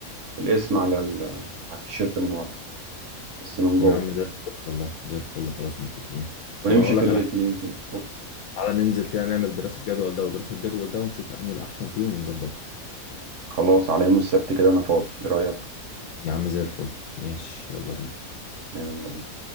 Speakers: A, on the right; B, on the left.
A: الاسم على ال- على التيشيرت من ورا بس من
B: يا
A: جوه
B: عم ده والله زي الفل خلاص متفقين
A: ونمشي
B: طب انا اقول
A: في
B: لك
A: الاتنين
B: على حاجه
A: كده
B: تعالى ننزل كده نعمل دراسة جدول ده ودراسة جدول ده ونشوف انهي الاحسن فيهم ونظبطه
A: خلاص على يوم السبت كده انا فاضي ايه رأيك
B: يا عم زي الفل ماشي يلا بينا
A: يلا بينا